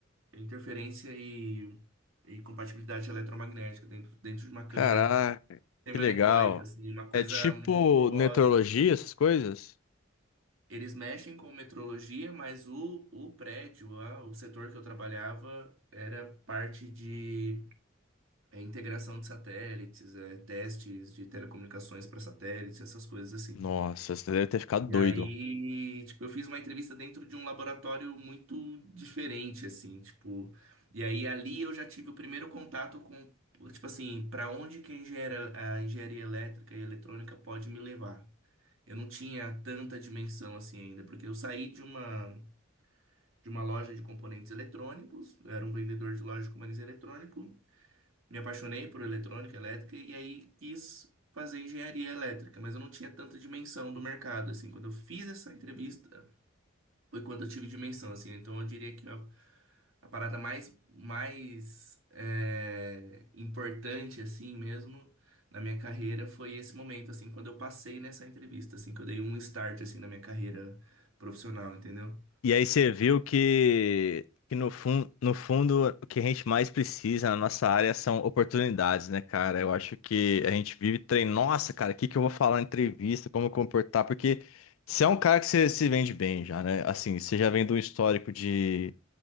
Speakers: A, on the right; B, on the left.
A: interferência e, e compatibilidade eletromagnética, dentro, dentro de uma câmara
B: Caraca, que
A: semianecoica,
B: legal.
A: assim, uma coisa
B: É tipo
A: monstruosa.
B: meteorologia, essas coisas?
A: Eles mexem com metrologia, mas o, o prédio, a- o setor que eu trabalhava, era parte de é, integração de satélites, é, testes de telecomunicações para satélites, essas coisas assim.
B: Nossa, você deve ter ficado
A: E
B: doido.
A: aí, tipo, eu fiz uma entrevista dentro de um laboratório muito diferente, assim, tipo. E aí ali eu já tive o primeiro contato com, tipo assim, para onde que a engenharia, a engenharia elétrica e eletrônica pode me levar. Eu não tinha tanta dimensão assim ainda, porque eu saí de uma de uma loja de componentes eletrônicos, eu era um vendedor de loja de componentes eletrônicos, me apaixonei por eletrônica, elétrica e aí quis fazer engenharia elétrica, mas eu não tinha tanta dimensão do mercado assim. Quando eu fiz essa entrevista, foi quando eu tive dimensão, assim. Então eu diria que a, a parada mais, mais é, importante, assim mesmo, na minha carreira foi esse momento, assim, quando eu passei nessa entrevista, assim, que eu dei um start, assim, na minha carreira profissional, entendeu?
B: E aí você viu que, que no fundo no fundo, o que a gente mais precisa na nossa área são oportunidades, né, cara? Eu acho que a gente vive treinando. Nossa, cara, o que que eu vou falar na entrevista? Como eu comportar? Porque você é um cara que você se vende bem já, né? Assim, você já vem de um histórico de